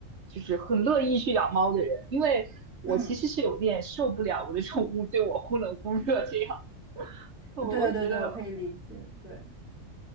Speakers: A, on the right; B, on the left.
A: 就是很乐意去养猫的人，因为我其实是有点受不了我的宠物对我忽冷忽热这样。
B: 嗯，
A: <laughs> 我我觉得
B: 对对对，我可以理解。对，